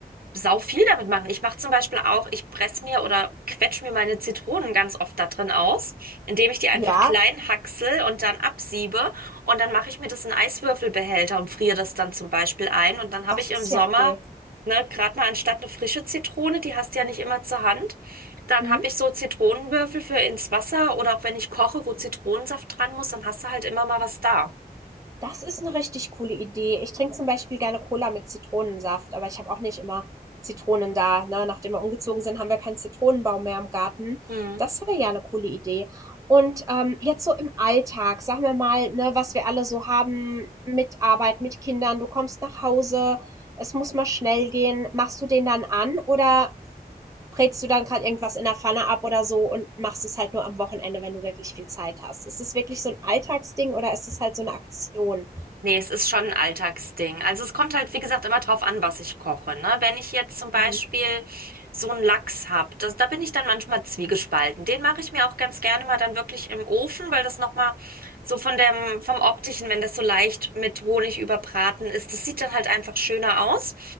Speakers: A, on the right (about 65°); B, on the right (about 20°).
A: sau viel damit machen. Ich mache zum Beispiel auch, ich presse mir oder quetsche mir meine Zitronen ganz oft da drin aus, indem ich die einfach
B: Ja,
A: klein hacksel und dann absiebe. Und dann mache ich mir das in Eiswürfelbehälter und friere das dann zum Beispiel ein. Und dann habe
B: das
A: ich
B: ist
A: im Sommer,
B: ja cool.
A: ne, gerade mal anstatt eine frische Zitrone, die hast du ja nicht immer zur Hand, dann
B: Hm?
A: habe ich so Zitronenwürfel für ins Wasser oder auch wenn ich koche, wo Zitronensaft dran muss, dann hast du halt immer mal was da.
B: Das ist eine richtig coole Idee. Ich trinke zum Beispiel gerne Cola mit Zitronensaft, aber ich habe auch nicht immer Zitronen da, ne? Nachdem wir umgezogen sind, haben wir keinen Zitronenbaum mehr im Garten.
A: Hm.
B: Das wäre ja eine coole Idee. Und, ähm, jetzt so im Alltag, sagen wir mal, ne, was wir alle so haben mit Arbeit, mit Kindern, du kommst nach Hause, es muss mal schnell gehen. Machst du den dann an oder brätst du dann gerade irgendwas in der Pfanne ab oder so und machst es halt nur am Wochenende, wenn du wirklich viel Zeit hast? Ist es wirklich so ein Alltagsding oder ist es halt so eine Aktion?
A: Nee, es ist schon ein Alltagsding. Also es kommt halt, wie gesagt, immer drauf an, was ich koche, ne? Wenn ich jetzt zum Beispiel
B: Mhm.
A: so einen Lachs hab, das, da bin ich dann manchmal zwiegespalten. Den mache ich mir auch ganz gerne mal dann wirklich im Ofen, weil das nochmal so von dem, vom Optischen, wenn das so leicht mit Honig überbraten ist, das sieht dann halt einfach schöner aus